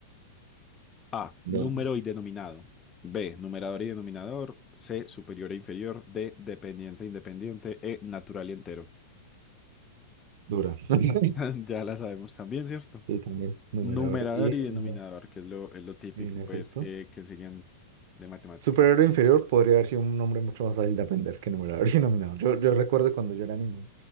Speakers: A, on the left; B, on the right.
A: A, número
B: No,
A: y denominado. B, numerador y denominador. C, superior e inferior. D, dependiente e independiente. E, natural y entero.
B: dura. <laughs>
A: <laughs> Ya la sabemos también, ¿cierto?
B: Y también, numerador
A: Numerador
B: y
A: y
B: denominador,
A: denominador, que es lo, es lo típico,
B: en
A: pues,
B: efecto.
A: que, que enseñan de matemáticas.
B: Superior e inferior podría haber sido un nombre mucho más fácil de aprender que numerador y denominador. Yo, yo recuerdo cuando yo era niño,